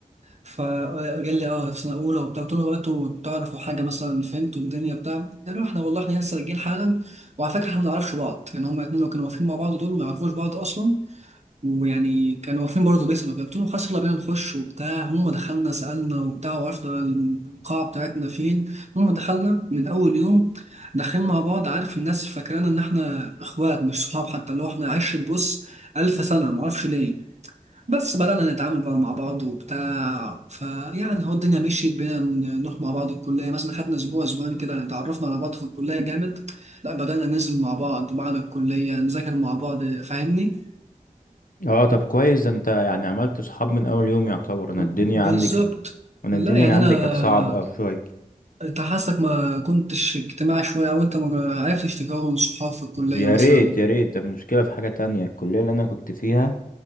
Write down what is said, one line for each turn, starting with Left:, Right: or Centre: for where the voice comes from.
Right: فقال لي اه في سنه اولى وبتاع قلت له هو انتوا تعرفوا حاجه مثلا فهمتوا الدنيا بتاع قالوا احنا والله احنا لسه راجعين حالا وعلى فكره احنا ما نعرفش بعض يعني هما الاثنين اللي كانوا واقفين مع بعض دول ما يعرفوش بعض اصلا ويعني كانوا واقفين برضه بيسألوا قلت لهم خلاص يلا بينا نخش وبتاع هم دخلنا سألنا وبتاع وعرفنا القاعة بتاعتنا فين هم دخلنا من أول يوم داخلين مع بعض عارف الناس فاكرانا إن إحنا إخوات مش صحاب حتى اللي هو إحنا عشرة بص ألف سنة معرفش ليه بس بدأنا نتعامل بقى مع بعض وبتاع فيعني هو الدنيا مشيت بينا ن- نروح مع بعض الكلية مثلا خدنا أسبوع أسبوعين كده اتعرفنا على بعض في الكلية جامد لا بدأنا ننزل مع بعض بعد الكلية نذاكر مع بعض فاهمني
Left: اه طب كويس ده انت يعني عملت صحاب من اول يوم يعتبر انا الدنيا
Right: بالظبط
Left: عندي كان انا
Right: لا
Left: الدنيا
Right: يعني
Left: عندي
Right: انا
Left: كانت صعبة او شوية
Right: انت حاسك ما كنتش اجتماعي شويه او انت ما عرفتش تكون صحاب في الكليه
Left: يا
Right: مثلا
Left: ريت يا ريت ده المشكلة في حاجة تانية الكلية اللي انا كنت فيها